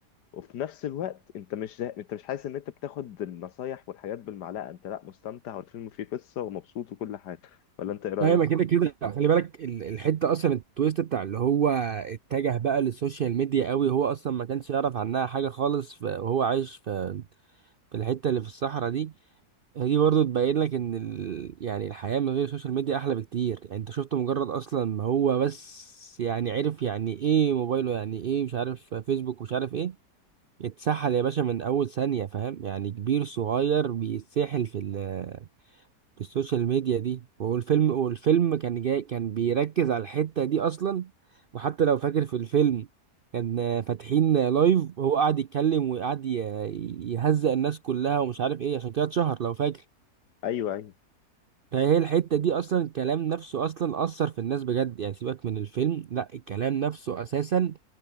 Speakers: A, on the left; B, on the right.
A: وفي نفس الوقت انت مش زه... انت مش حاسس ان انت بتاخد النصايح والحاجات بالمعلقة انت لا مستمتع والفيلم فيه قصة ومبسوط وكل حاجة ولا انت ايه رأيك؟
B: ايوه ما كده كده خلي بالك ال- الحته اصلا التويست بتاع اللي هو اتجه بقى للسوشيال ميديا قوي هو اصلا ما كانش يعرف عنها حاجه خالص ف- وهو عايش في في الحته اللي في الصحراء دي دي برضه تبين لك ان ال... يعني الحياة من غير السوشيال ميديا احلى بكتير يعني انت شفت مجرد اصلا ما هو بس يعني عرف يعني ايه موبايله يعني ايه مش عارف فيسبوك ومش عارف ايه اتسحل يا باشا من اول ثانية فاهم يعني كبير صغير بيتسحل في ال... في السوشيال ميديا دي والفيلم والفيلم كان جاي كان بيركز على الحتة دي اصلا وحتى لو فاكر في الفيلم كان فاتحين لايف وهو قاعد يتكلم وقاعد ي- يهزأ الناس كلها ومش عارف ايه عشان كده اتشهر لو فاكر
A: ايوه ايوه
B: فهي الحتة دي أصلا الكلام نفسه أصلا أثر في الناس بجد يعني سيبك من الفيلم لا الكلام نفسه أساسا